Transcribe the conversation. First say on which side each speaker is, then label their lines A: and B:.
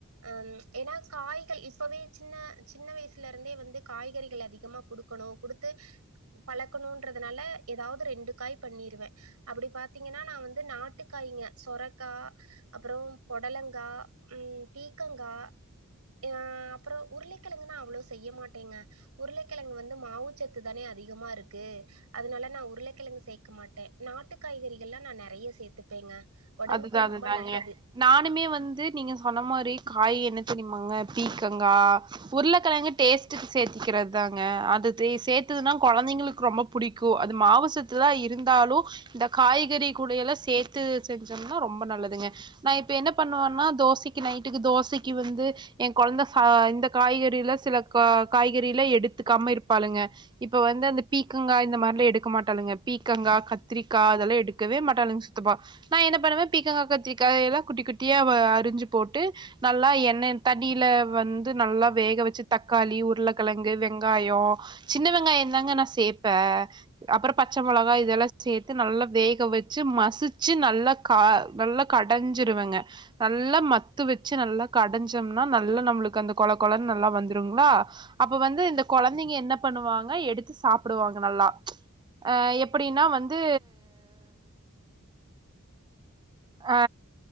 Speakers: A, on the right; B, on the right.
A: ம் ஏன்னா காய்கள் இப்பவே சின்ன சின்ன வயசுல இருந்தே வந்து காய்கறி கள் அதிகமா குடுக்கணும் குடுத்து பழக்கணுன்றதுனால ஏதாவது ரெண்டு காய் பண்ணிருவே அப்டி பாத்தீங்கன்னா நா வந்து நாட்டுக்காய்ங்க சொரக்கா அப்பறோ பொடலங்கா ம் பீக்கங்கா ஆ அப்பறோ உருளைக்கிழங்கு நா அவ்வளோ செய்ய மாட்டேங்க உருளக்கெழங்கு வந்து மாவுச்சத்து தானே அதிகமா இருக்கு அதனால நா உருளைக்கிழங்கு சேக்க மாட்டே நாட்டு காய்கறிகல்லா நா நெறைய சேத்துப்பேங்க ஒடம்புக்கு
B: அதுதா
A: ரொம்ப
B: அதுதாங்க
A: நல்லது
B: நானுமே வந்து நீங்க சொன்ன மாரி காய் என்ன தெரியுமாங்க பீக்கங்கா உருளக்கெழங்க டேஸ்ட்டுக்கு சேத்திக்கிறது தாங்க அது சேத்ததுன்னா கொழந்தைங்களுக்கு ரொம்ப புடிக்கும் அது மாவுசத்து தா இருந்தாலும் இந்த காய்கறி கூடெல்லா சேத்து செஞ்சம்ன்னா ரொம்ப நல்லதுங்க நா இப்ப என்ன பண்ணுவன்னா தோசைக்கு நைட்டுக்கு தோசைக்கு வந்து எ கொழந்த ச இந்த காய்கறில சில கா காய்கறில எடுத்துக்காம இருப்பாளுங்க இப்ப வந்து அந்த பீக்கங்கா இந்த மாதிரிலா எடுக்க மாட்டாங்க பீக்கங்கா கத்திரிக்கா அதெல்லா எடுக்கவே மாட்டாளுங்க ப்ப நா என்ன பண்ணுவே பீக்கங்கா கத்திக்கா எல்லா குட்டி குட்டியா அறிஞ்சு போட்டு நல்லா எண்ணெ தண்ணில வந்து நல்லா வேக வச்சு தக்காளி உருளக்கெழங்கு வெங்காயோ சின்ன வெங்காயம்ந்தாங்க நா சேப்பே அப்புறோ பச்ச மிளகா இதெல்லா சேத்து நல்லா வேக வச்சு மசிச்சு நல் நல்லா நல்லா கடஞ்சிருவங்க நல்லா மத்து வச்சு நல்லா கடஞ்சோம்னா நல்லா நம்மளுக்கு அந்த கொழ கொழனு நல்லா வந்துருங்களா அப்ப வந்து இந்த கொழந்தைங்க என்ன பண்ணுவாங்க எடுத்து சாப்பிடுவாங்க நல்லா அ எப்டின்னா வந்து அ